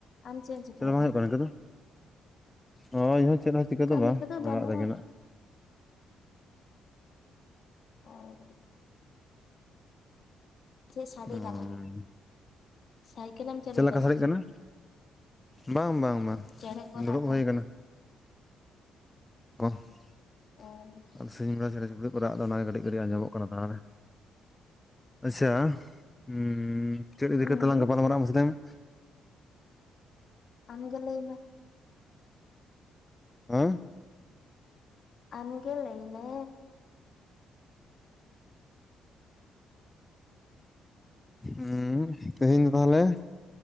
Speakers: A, on the left (about 55°); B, on the left (about 15°).
A: ᱟᱢ ᱮᱢ ᱪᱤᱠᱟᱹᱭᱮᱫᱟ?
B: ᱪᱮᱫ ᱦᱚᱸ ᱵᱟᱝ ᱦᱩᱭᱩᱜ ᱠᱟᱱᱟ ᱤᱱᱠᱟᱹ ᱫᱚ? ᱱᱚᱜ-ᱚᱭ ᱤᱧᱦᱚᱸ ᱪᱮᱫ ᱦᱚᱸ ᱪᱤᱠᱟᱹ
A: ᱠᱟᱹᱢᱤ
B: ᱫᱚ ᱵᱟᱝ,
A: ᱠᱚᱫᱚ ᱵᱟᱹᱱᱩᱜᱼᱟ
B: ᱚᱲᱟᱜ ᱨᱮᱜᱮ ᱱᱟᱜ᱾
A: ᱚᱻ᱾ ᱪᱮᱫ ᱥᱟᱰᱮ
B: ᱚᱸ
A: ᱠᱟᱱᱟ, ᱥᱟᱭᱠᱮᱞᱮᱢ ᱪᱟᱹᱞᱩᱭᱫᱟ
B: ᱞᱮᱠᱟ
A: ᱥᱮ
B: ᱥᱟᱰᱮᱜ
A: ᱪᱮᱫ?
B: ᱠᱟᱱᱟ ᱵᱟᱝ ᱵᱟᱝ ᱵᱟᱝ,
A: ᱪᱮᱬᱮ ᱠᱚ
B: ᱫᱩᱲᱩᱵ
A: ᱨᱟᱜ ᱮᱫᱟ
B: ᱦᱩᱭ ᱠᱟᱱᱟ᱾ <unintelligible>
A: ᱚᱻ᱾
B: ᱥᱤᱧ ᱵᱮᱲᱟ ᱪᱮᱸᱬᱮ ᱪᱩᱯᱲᱤᱡ ᱠᱚ ᱨᱟᱜ ᱫᱟ ᱚᱱᱟᱜᱮ ᱠᱟᱹᱴᱤᱡ ᱠᱟᱹᱴᱤᱡ ᱟᱸᱡᱚᱢᱚᱜ ᱠᱟᱱᱟ ᱛᱟᱦᱚᱞᱮ᱾ ᱟᱪᱪᱷᱟ, ᱩᱸᱻ ᱪᱮᱫ
A: ᱦᱩᱸ
B: ᱤᱫᱤ ᱠᱟᱛᱮᱜ ᱞᱟᱝ ᱜᱟᱯᱟᱞ ᱢᱟᱨᱟᱜ-ᱟ ᱢᱟᱥᱮ ᱞᱟᱹᱭ ᱢᱮ?
A: ᱟᱢ ᱜᱮ ᱞᱟᱹᱭ ᱢᱮ᱾
B: ᱦᱮᱸ?
A: ᱟᱢ ᱜᱮ ᱞᱟᱹᱭ ᱢᱮ᱾
B: ᱩᱸᱻ ᱦᱮᱸ ᱛᱮᱦᱮᱧ ᱫᱚ ᱛᱟᱦᱚᱞᱮ